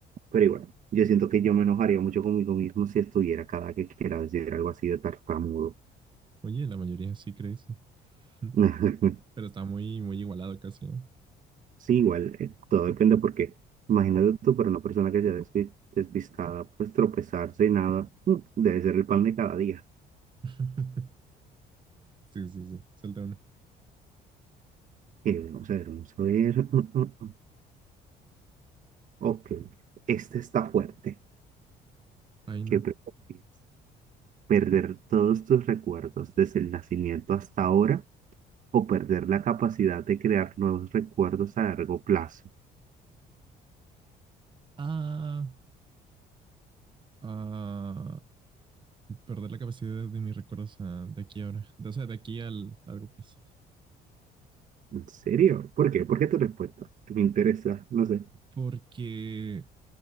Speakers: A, on the right; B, on the right.
A: pero igual, yo siento que yo me enojaría mucho conmigo mismo si estuviera cada que quiera decir algo así de tartamudo.
B: Oye, la mayoría sí cree eso. <laughs>
A: <laughs>
B: Pero está muy, muy igualado casi. ¿eh?
A: Sí, igual, eh, todo depende porque imagínate tú, para una persona que sea desvi- despistada, pues tropezarse y nada, mm, debe ser el pan de cada día.
B: <laughs> Sí, sí, sí. Salta uno.
A: Eh, vamos a ver, vamos a ver. <laughs> mm, mm, mm. Ok, este está fuerte.
B: Ay, no.
A: ¿Qué prefieres? ¿Perder todos tus recuerdos desde el nacimiento hasta ahora o perder la capacidad de crear nuevos recuerdos a largo plazo?
B: Ah, ah, perder la capacidad de mis recuerdos a- de aquí a ahora. O sea, de aquí al largo plazo.
A: ¿En serio? ¿Por qué? ¿Por qué tu respuesta? Me interesa, no sé.
B: Porque,